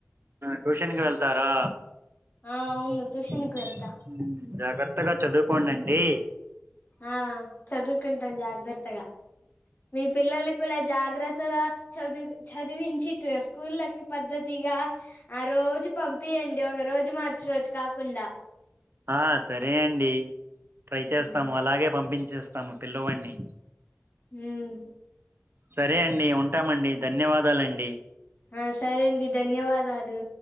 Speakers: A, on the right; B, on the left.
A: ట్యూషన్ కి వెళ్తారా
B: ఆ అవును
A: <inaudible>
B: ట్యూషన్ కి వెళ్తా
A: జాగ్రత్తగా చదువుకోండండి
B: ఆ చదువుకుంటాను జాగ్రత్తగా మీ పిల్లల్ని కూడా జాగ్రత్తగా చదువు చదివించి స్కూళ్ళకి పద్ధతిగా ఆ రోజు పంపియండి ఒక రోజు మార్చి రోజు కాకుండా
A: ఆ సరే అండి ట్రై చేస్తాము
B: ఉ
A: అలాగే పంపించేస్తాము పిల్లవాడిని
B: హ్మ్
A: సరే అండి ఉంటామండి ధన్యవాదాలండి
B: ఆ సరే అండి ధన్యవాదాలు